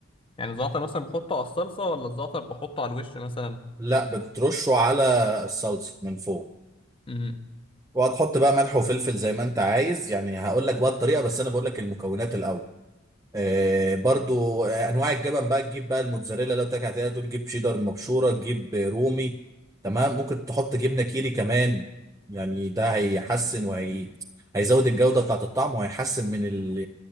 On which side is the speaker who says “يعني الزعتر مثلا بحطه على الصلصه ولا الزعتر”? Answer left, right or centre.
Left